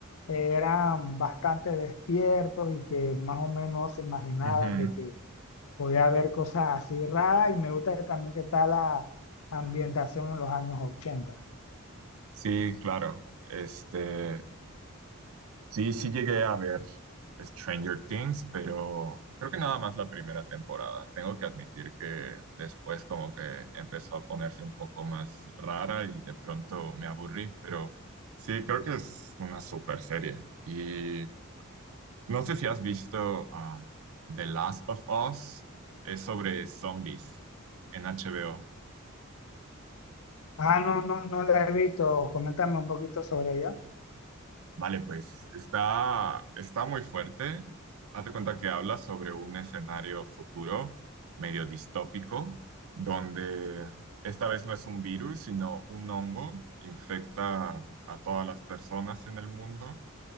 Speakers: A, on the left; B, on the right.
A: eran bastante despiertos y que más o menos se imaginaban
B: ujú.
A: de que podía ver cosas así raras y me gusta también que está la ambientación en los años ochenta
B: Sí, claro. Este, sí, sí llegué a ver Stranger Things, pero creo que nada más la primera temporada. Tengo que admitir que después como que empezó a ponerse un poco más rara y de pronto me aburrí, pero sí, creo que es una super serie. Y No sé si has visto um, The Last of Us, es sobre zombies en HBO.
A: Ah, no, no, no la he visto. Coméntame un poquito sobre ella.
B: Vale, pues está, está muy fuerte. Haz de cuenta que habla sobre un escenario futuro medio distópico, donde esta vez no es un virus, sino un hongo, infecta a todas las personas en el mundo.